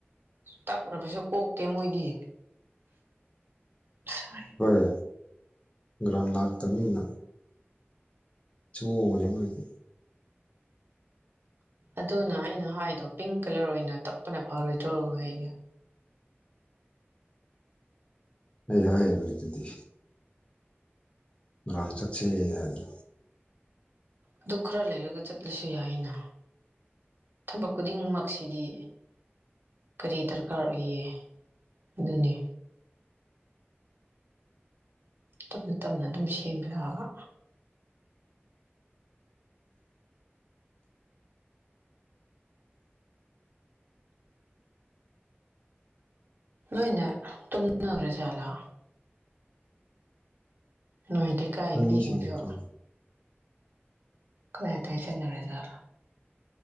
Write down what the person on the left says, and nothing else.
ꯍꯣꯏ ꯒ꯭ꯔꯥꯡ ꯂꯥꯛꯇꯃꯤꯅ ꯆꯥꯡꯉꯨꯕꯅꯦ ꯃꯣꯏꯗꯤ
ꯑꯩ ꯍꯥꯏꯔꯤꯕꯗꯨꯗꯤ ꯉꯔꯥꯡ ꯆꯥꯠꯁꯦ ꯍꯥꯏꯗꯅꯥ
ꯑꯩꯈꯣꯏ
ꯃꯤꯁꯤꯡ ꯂꯩꯇꯦ